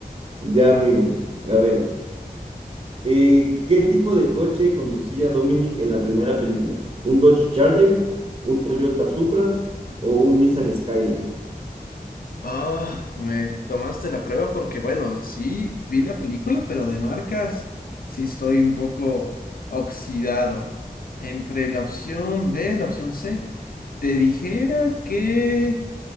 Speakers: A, on the right; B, on the left.
A: Ya, amigo. A ver. Eh, ¿qué tipo de coche conducía Dominic en la primera película? ¿Un Dodge Charger, un Toyota Supra o un Nissan Skyline?
B: Ah, me tomaste la prueba porque, bueno, sí vi la película, pero de marcas sí estoy un poco oxidado. Entre la opción B, la opción C, te dijera que